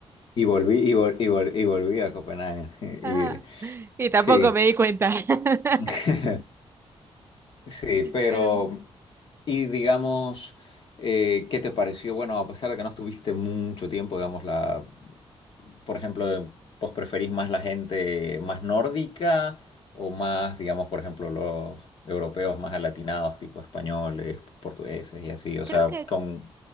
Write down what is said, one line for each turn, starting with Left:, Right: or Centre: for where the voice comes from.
Left: Y volví, y, vol- y, vol- y volví a Copenhague. <laughs>
Right: Ajá.
Left: Y-
Right: Y tampoco
Left: sí,
Right: me di cuenta. <laughs>
Left: <laughs> sí, pero,
Right: Pero
Left: y digamos, eh, ¿qué te pareció? Bueno, a pesar de que no estuviste mucho tiempo, digamos, la, por ejemplo, ¿vos preferís más la gente más nórdica o más, digamos, por ejemplo, los europeos más alatinados, tipo españoles, portugueses y así? O
Right: creo
Left: sea,
Right: que
Left: ¿con,